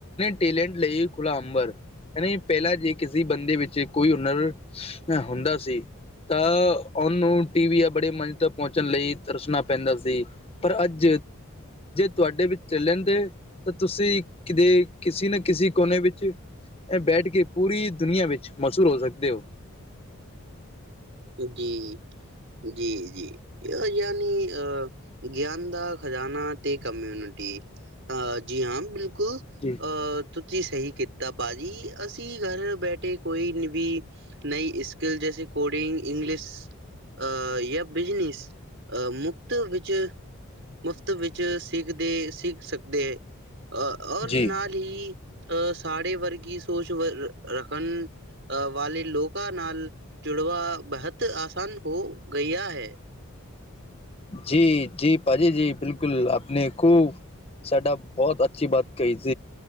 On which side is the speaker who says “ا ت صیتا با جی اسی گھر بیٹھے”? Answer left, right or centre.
Right